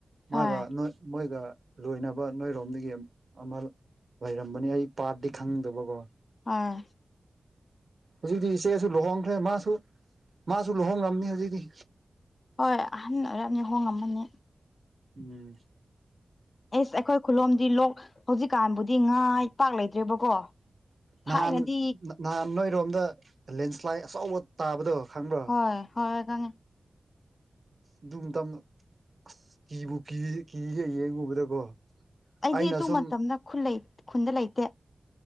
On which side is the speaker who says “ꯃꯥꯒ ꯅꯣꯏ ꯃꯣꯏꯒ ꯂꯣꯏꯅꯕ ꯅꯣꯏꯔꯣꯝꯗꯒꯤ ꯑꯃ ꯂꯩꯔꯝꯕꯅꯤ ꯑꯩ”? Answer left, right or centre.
Right